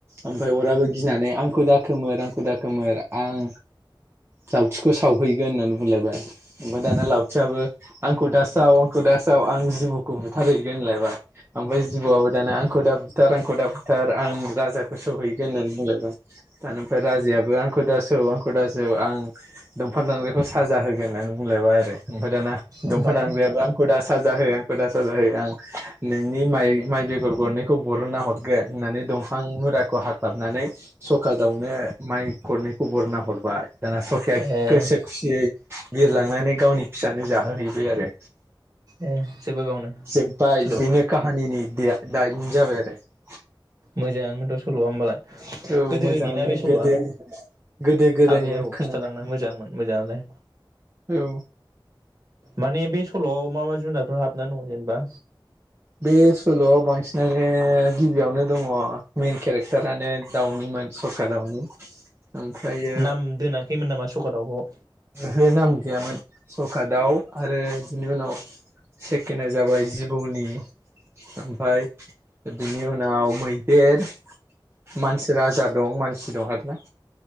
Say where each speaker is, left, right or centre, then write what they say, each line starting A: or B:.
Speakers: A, on the right; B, on the right.
A: ओमफ्राय अराबो गिनानै आंखौ दाखोमोर आंखौ दाखोमोर आं लावथिखौ सावहैगोन होननानै बुंलायबाय ओमफ्राय दाना लावथियाबो आंखौ दासाव आंखौ दा साव आं जिबौखौ बुथारहैगोन होनलायबाय ओमफ्राय जिबौआबो दाना आंखौ दा बुथार आंखौ दा बुथार आं राजाखौ सौहैगोन होननानै बुंलायबाय दाना ओमफ्राय राजायाबो आं खौ दासौ आंखौ दासौ आं दंफां दानग्राखौ साजा होगोन होननानै बुंलायबाय आरो ओमफाय दाना
B: ओमफ्राय
A: दंफां दानग्रायाबो आंखौ दा साजा हो आंखौ दा साजा हो आं नोंनि माइ माइ बेगर गरनैखौ बरनना हरगोन होननानै दंफां मुुराखौ हाख्लाबनानै सखा दावनो माइ गरनैखौ बरनना हरबाय दाना सखाया
B: ए
A: गोसो खुसियै बिरलांनानै गावनि फिसानो जाहोहैबाय आरो
B: ए जोब्बाय बेयावनो
A: जोबबाय
B: सल'आ
A: बेनो काहानिनि <unintelligible>
B: मोजाङानोथ' सल'वा होमबालाय।
A: औ
B: गोदोनि
A: मोजाङानो
B: ना बे सल'आ
A: गोदो गोदो गोदायनो
B: आबै आबौ
A: खोनानायमोन।
B: खिन्थालांनो मोजांमोन मोजाङालाय
A: औ
B: माने बे सल'आव मा मा जुनारफोर हाबनानै दङ जेनेबा?
A: बे सल'आव बांसिनानो गिबियावनो दङ मेन केरेक्टारानो दाउनिमोन सखा दाउनि। ओमफ्रायो
B: नाम दोनाखैमोन नामा सखा दावखौ?
A: ओहो नाम गैयामोन सखा दाव आरो बिनि उनाव सेकेना जाबाय जिबौनि ओमफाय बिनि उनाव मैदेर मानसि राजा दं मानसि दं आरोना।